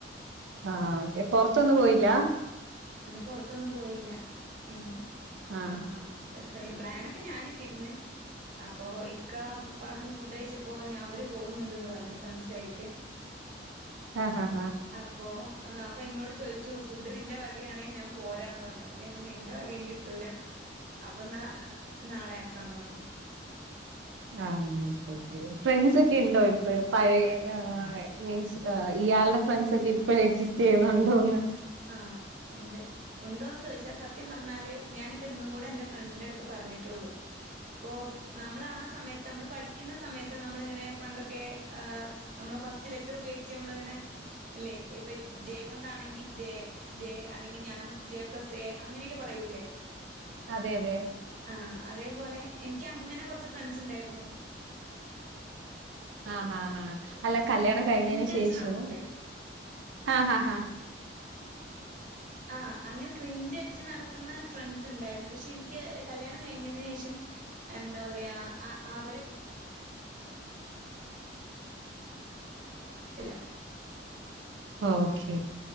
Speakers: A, on the right; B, on the right.
A: ആ ഓെ പുറത്തൊന്നും പോയില്ലാ.
B: ഇന്ന് പുറത്തൊന്നും പോയില്ല ഇന്ന്
A: ആഹ്
B: ആ പ്പ് പ്ലാനൊക്കെ. ത് ഞാനിട്ടിരുന്ന്. അപ്പൊ ഇക്ക പറഞ്ഞു ഫുഡയ്ച്ചപ്പോ ഞാ അവര് പോകുന്നുണ്ട്ന്ന് പറഞ്ഞു ഫ്രണ്ട്സായിട്ട്.
A: ആഹഹ.
B: അപ്പൊ ആ അപ്പൊ ഇന്നോട് ചോയിച്ചു. ഫുഡ് നിന്റെ വകയാണ ഞാൻ പോരാന്ന് പറഞ്ഞു അപ്പോ ഞാൻ പറഞ്ഞു എന്റെ വക എനികി കിട്ടൂല അപ്പന്നാ നാളെ ആക്കാന്ന് പറഞ്ഞു.
A: ആ ഒക്കെ ഒക്കെ ഫ്രണ്ട്സ്
B: അങ്ങനെ
A: ഒക്കെ ഇണ്ടോ ഇപ്പയും. പഴയ ആ ആ മീൻസ് ഇയാൾടെ ഫ്രണ്ട്സൊക്കെ ഇപ്പോയെ എക്സിസ്റ്റ് ചെയ്യുന്നുണ്ടോന്ന്.
B: ആഹ് ഉണ്ട് ഉണ്ടോന്ന് ചോദിച്ചാ സത്യം പറഞ്ഞാല് ഞാനിപ്പ ഇന്നും കൂടെ എന്റെ ഫ്രണ്ടിന്റെ അടുത്ത് പറഞ്ഞ്. പറഞ്ഞിട്ടുള്ളൂ ഇപ്പോ നമ്മൾ ആ സമയത്ത്. നമ്മൾ പഠിക്കുന്ന സമയത്ത് നമ്മളിങ്ങനെ പണ്ടൊക്കെ ആ സ് നമ്മളെ ഫസ്റ്റ് ലെറ്റർ ഉപയോഗിച്ച് നമ്മളിങ്ങനെ. ഇല്ലേ ഇപ്പൊ ജെ കൊണ്ടാണെങ്കിൽ. ജെ ജെ അല്ലെങ്കിൽ ഞാൻ ജെ പ്ലസ് എ അങ്ങനെയൊക്കെ പറയൂല്ലേ.
A: അതെ അതെ
B: ആഹ് അതേപോലെ എനിക്ക് അങ്ങനെ കുറച്ച് ഫ്രണ്ട്സ് ഉണ്ടായിരുന്നു.
A: ആ ആഹ് ആ അല്ല. കല്ല്യാണം കഴിഞ്ഞതിന്
B: പിഞ്ചടിച്ച്
A: ശേഷവും
B: നടക്കൂലേ
A: ആ ഹ ഹ.
B: ആ അങ്ങനെ ക്രിഞ്ചടിച്ച് നടക്കുന്ന ഫ്രണ്ട്സ് ഉണ്ടായിരുന്നു പക്ഷെ എനിക്ക് കല്ല്യാണം കഴിഞ്ഞതിന് ശേഷം. എന്താ പറയാ ആ അവര്. ഇല്ല.
A: ഓക്കെ